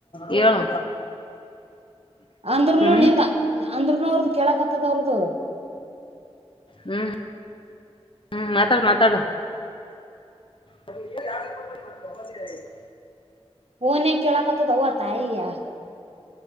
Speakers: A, on the left; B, on the right.
A: ಹೇಳು
B: ಅಂದ್ರನು
A: ಹ್ಮ್
B: ನಿಂದ ಅಂದ್ರನು ಅವ್ರದ್ ಕೆಳಕತ್ತದ ಅವ್ರದು
A: ಹ್ಮ್ ಹ್ಮ್ ಮಾತಾಡ್ ಮಾತಾಡ <unintelligible>
B: ಹುನೇ ಕೇಳಕತದ ಅವ್ವ ತಾಯಿಯ